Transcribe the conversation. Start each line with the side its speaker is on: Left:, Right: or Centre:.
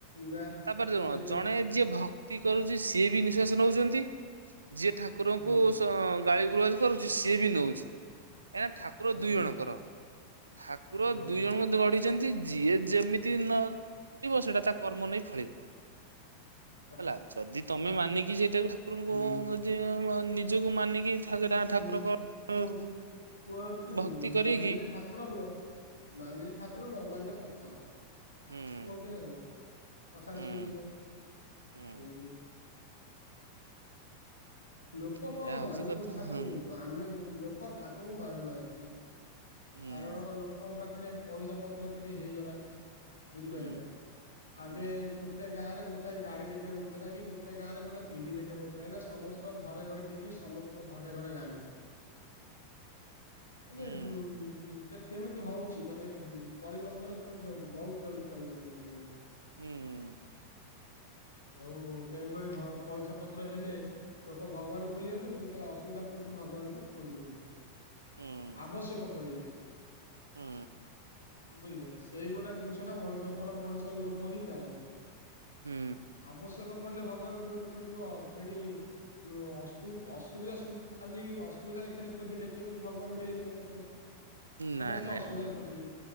Left: ନା ନେଇପାରିବନି।
Right: ତାପରେ କଣ ଜଣେ ଯିଏ ଭକ୍ତି କରୁଛି ସିଏ ବି ନିଶ୍ଵାସ ନଉଛନ୍ତି ଯିଏ ଠାକୁରଙ୍କୁ
Left: ହୁଁ
Right: ଗାଳି ଗୁଲଜ କରୁଛି ସିଏ ବି ନଉଛି କାହିଁକିନା ଠାକୁର
Left: ଆଜ୍ଞା
Right: ଦୁଇ ଜଣଙ୍କର। ଠାକୁର
Left: ଆଜ୍ଞା
Right: ଦୁଇ ଜଣ ଗଢିଛନ୍ତି ଯିଏ ଯେମିତି ନ ସେଇଟା ତା କର୍ମ ନେଇ ଫଳିବ।
Left: <inaudible>
Right: ହେଲା ଯଦି ତମେ ମାନିକି ସେଇଟାକୁ ଠାକୁରଙ୍କୁ
Left: ହୁଁ
Right: ଯେ ବ ନିଜକୁ ମାନିକି ଥାଗେରା ଠାକୁରଙ୍କ
Left: ହୁଁ କୁହ କୁହନ୍ତିନି
Right: ଭକ୍ତି କରିକି
Left: ମାନିଲେ ଠାକୁର ନ ମାନିଲେ ଠାକୁର ନ ମାନିଲେ ପଥର। କୁହନ୍ତି
Right: ହୁଁ
Left: ନା ନାଇଁ କଥାରେ
Right: ହୁଁ
Left: ଶୁଣିୁଥିବ
Right: ହୁଁ
Left: ଏମିତି। ଲୋକ
Right: ଏଇଆ
Left: କଣ
Right: ହଉଛି
Left: ମାନୁଛନ୍ତି
Right: କଥା
Left: ଠାକୁରଙ୍କୁ
Right: ହୁଁ
Left: ଗ ଆମେ ଲୋକ ଠାକୁରଙ୍କୁ ମାନୁ ନାହାନ୍ତି।
Right: ହୁଁ
Left: କାରଣ ଲୋକଙ୍କ ପାଖରେ ପଇସା ପତ୍ର ଟିକେ ହେଇଗଲା। ବୁଝିପାଇଲେ
Right: ହୁଁ
Left: ନା
Right: ହୁଁ
Left: ଆଗେ ଗୋ ଟେ ଗାଁରେ ଗୋଟାଏ ଗାଡ଼ି ଦେଖିବାକୁ ମିଳୁଥିଲା କି ଗୋଟେ ଗାଁରେ ଗୋଟେ ଟିଭି ଦେଖିବା ବାକୁ ମିଳୁଥିଲା ଏଇନା ସମସ୍ତଙ୍କ ଘରେ ଘରେ ଟିଭି ସମ ତଙ୍କ ଘରେ ଘରେ ଗାଡ଼ି ମାନେ
Right: ହୁଁ
Left: ଯୋଉ ହୁଁ କେ-କେମିତି ହଉଛି ମାନେ ପରିବର୍ତ୍ତନ କେମିତି ହଉଛି ବହୁତ ଜଲ୍ଦି ପରିବର୍ତ୍ତନ ହେଇଯାଉଛି।
Right: ହୁଁ।
Left: ହଉ ତେଣୁକରି ଭ ପଇସା ପତ୍ର ହେଲେ ଲୋକ ଭଗବାନଙ୍କୁ ଭୁଲି ଯାଉଛନ୍ତି ଯେତେବେଳେ ଅସୁବିଧା ପଡ଼ୁଛି ଭଗବାନଙ୍କୁ ଖୋଜୁଛନ୍ତି।
Right: ହୁଁ
Left: ଆବଶ୍ୟକ ପଡ଼ିଲେ।
Right: ହୁଁ।
Left: ବୁଝିପାଇଲ ସେଇ ଗୋଟା ଜିନିଷଟ ମଣିଷଙ୍କର ମଣିଷର ଲୋଭ ହିଁ ଯାଉନି।
Right: ହୁଁ।
Left: ଆବଶ୍ୟକ ପଡ଼ିଲେ ଭଗବାନଙ୍କୁ କେମିତି ଖୋଜିବ ଫେଣି ଉଁ ଅସୁବି ଅସୁବିଧା ସୁବ୍ ଖାଲି ଅସୁବିଧାରେ ଖାଲି ଖୋଜିଲେ କେମିତି ଭଗବାନ ମିଳିବେ ମତେ କହିଲେ। ସମେସ୍ତେ
Right: ନାଇଁ ନାଇଁ
Left: ଅସୁବିଧାରେ ଖୋଜିବେ